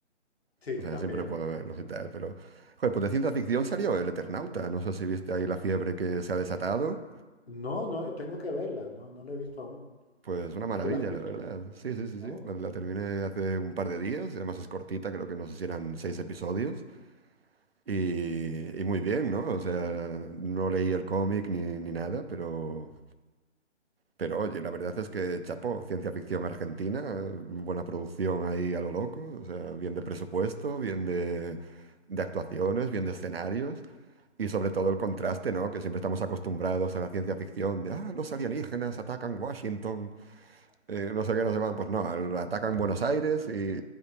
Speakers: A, on the left (about 55°); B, on the right (about 55°).
A: Sí,
B: O sea,
A: también.
B: siempre puedo verlos y tal, pero... Joder, pues de ciencia ficción salió El Eternauta. No sé si viste ahí la fiebre que se ha desatado.
A: No, no, eh, tengo que verla. No, no la he visto aún.
B: Pues una maravilla,
A: ¿Tú la has visto?
B: la verdad. Sí, sí, sí,
A: No.
B: sí. La, la terminé hace un par de días. y Además es cortita, creo que no sé si eran seis episodios. Y, y muy bien, ¿no? O sea, no leí el cómic ni, ni nada, pero... Pero oye, la verdad es que chapó, ciencia ficción argentina, eh, buena producción ahí a lo loco, o sea, bien de presupuesto, bien de, de actuaciones, bien de escenarios y sobre todo el contraste, ¿no? Que siempre estamos acostumbrados a la ciencia ficción de, ah, los alienígenas atacan Washington, eh, no sé qué, no sé cuál. Pues no, el- atacan Buenos Aires y,